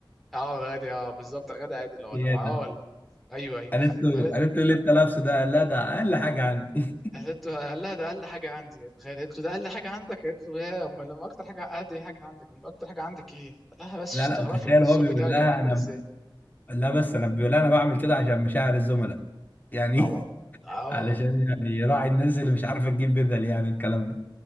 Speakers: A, in the centre; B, on the left.
A: اه غادي اه بالظبط غادي عادل ولا
B: سياده
A: معاه ولا ايوه ايوه
B: قالت له
A: فقالت
B: قالت له ليه انت لابسه ده قال لها ده اقل حاجه عندي
A: قالت له قال لها ده اقل حاجه عندي تخيل قالت له ده اقل حاجه عندك قالت له يا امال لما اكتر حاجه عندي حاجه عندك امال اكتر حاجه عندك ايه قال لها بس
B: لا
A: عشان
B: لا
A: تعرفي
B: وتخيل
A: ان الذوق
B: هو بيقول
A: بتاعي
B: لها
A: كان عامل
B: انا
A: ازاي
B: لا بس انا بيقول لها انا بعمل كده عشان مشاعر الزملاء يعني
A: طبعا
B: <laughs>
A: اه
B: علشان
A: آه.
B: يعني يراعي الناس اللي مش عارفه تجيب بدل يعني الكلام ده